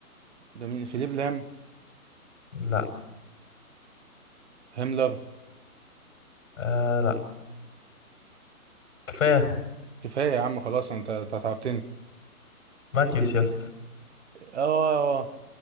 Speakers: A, on the right (about 50°); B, on the left (about 60°).
A: ده مين فيليب لام
B: لا
A: هيملر
B: آه لا كفاية
A: كفايه يا عم خلاص انت أنت تعبتني
B: ماتيوس يا اسطى
A: اه